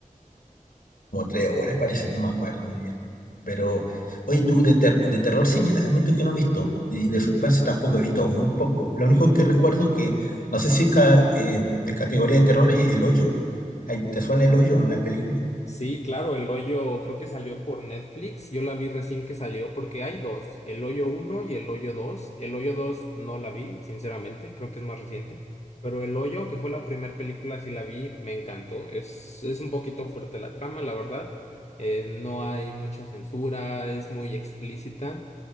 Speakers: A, on the left (about 85°); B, on the left (about 50°).
A: Como tres horas parece, no me acuerdo muy bien. Pero, oye, tú de, ter- de terror sí, yo admito que no he visto, y de suspenso tampoco he visto, muy poco. Lo único que recuerdo que, no sé si ca- eh, de categoría de terror es El Hoyo. Ay, ¿Te suena El Hoyo, no, la película?
B: Sí, claro, El Hoyo creo que salió por Netflix. Yo la vi recién que salió porque hay dos, El Hoyo uno y El Hoyo 2. El Hoyo 2 no la vi, sinceramente, creo que es más reciente. Pero El Hoyo, que fue la primera película, sí la vi, me encantó. Es, es un poquito fuerte la trama, la verdad. Eh, no hay mucha censura, es muy explícita.